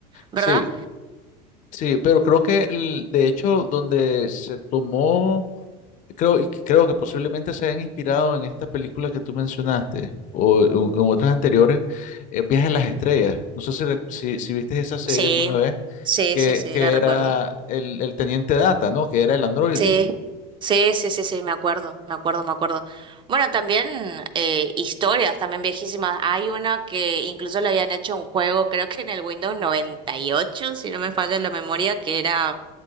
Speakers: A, on the right; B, on the left.
A: ¿verdad?
B: Sí, Sí, pero creo que el- de hecho donde se tomó, creo, y creo que posiblemente se hayan inspirado en esta película que tú mencionaste o en, en otras anteriores, es Viaje a las Estrellas. No sé si, re- si, si viste esa serie
A: Sí,
B: alguna vez,
A: sí,
B: que,
A: sí, sí,
B: que
A: la recuerdo.
B: era el, el Teniente Data, ¿no? Que era el androide.
A: Sí, sí, sí, sí, sí, me acuerdo, me acuerdo, me acuerdo. Bueno, también eh, historias, también viejísimas. Hay una que incluso le habían hecho un juego, creo que en el Windows 98 si no me falla la memoria, que era